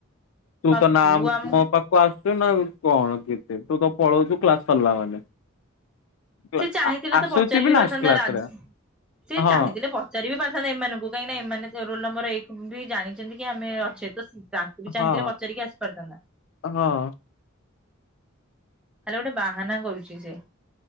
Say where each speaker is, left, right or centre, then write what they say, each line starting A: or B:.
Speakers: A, on the left; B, in the centre.
A: ତୁ
B: ଆଉ
A: ତ ନା
B: ଆମ
A: ମୋ ପା ଆସୁଛୁ ନା କଣ କେତେ ତୁ ତ ପଳଉଛୁ କ୍ଲାସ ସରିଲା ମାନେ। କ୍ଲା-
B: ସିଏ ଚାହିଁଥିଲେ
A: ଆ- ଆସୁଛି
B: ତ ପଚାରି ବି ପାରିଥାନ୍ତା
A: ଲାଷ୍ଟ କ୍ଲାସ
B: ରାଜ
A: ରେ
B: ସି
A: ହଁ
B: ଚାହିଁଥିଲେ ପଚାରିବି ପାରିଥାନ୍ତା ଏମାନଙ୍କୁ କାହିଁକି ନା ଏମାନେ ରୋଲ ନମ୍ବର ଏକ ବି ଜାଣିଛନ୍ତି କି ଆମେ ଅଛେ ତ ସେ ସେ ବି ଚାହିଁଥିଲେ
A: ହଁ
B: ପଚାରିକି ଆସି ପାରିଥାନ୍ତା।
A: ହଁ।
B: ହେଲେ ଗୋଟେ ବାହାନା କରୁଛି ସିଏ।